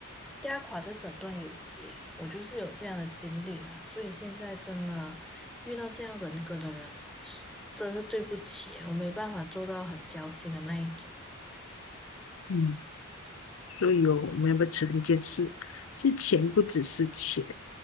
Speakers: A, in the centre; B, on the left.
A: 压垮这整段友谊耶我就是有这样的经历啦，所以现在真的遇到这样人格的人，是真是对不起，我没办法做到很交心的那一种。
B: 嗯，所以哦，我们要不要承认一件事？是钱不只是钱，